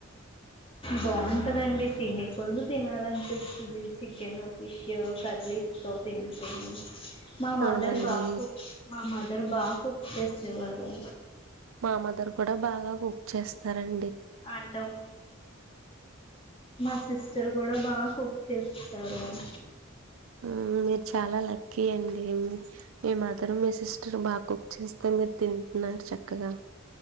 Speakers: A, on the left; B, on the right.
A: బాగుంటందండి తిన కొందు తినాలనిపిస్తది చికెను ఫిష్ క్యో ఒకసారి తీస్కో పిం తిన్ మా మదర్
B: అవునండి
A: బాగా కుక్ మా మదర్ బాగా కుక్ చేసేవారు
B: మామదర్ కూడా బాగా కుక్ చేస్తారం
A: అండవు మా సిస్టర్ కూడా బాగా కు చేస్తారు అం
B: ఊ మీరు చాలా లక్కీ అండి మీ మదర్ మీ సిస్టర్ బాగా కుక్ చేస్తే మీరు తిన్ టున్నారు చక్కగా